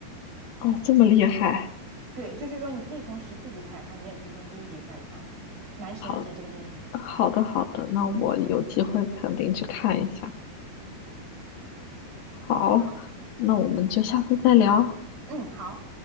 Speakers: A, on the left; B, on the right.
A: 哦，这么厉害，
B: 对，就是说你可以从十四集开始看，你也可以从第一集开始看哦，蛮神奇的这个电视剧。
A: 好好的好的，那我有机会肯定去看一下。好，
B: 好，
A: 那我们就下次再聊。
B: 嗯，好。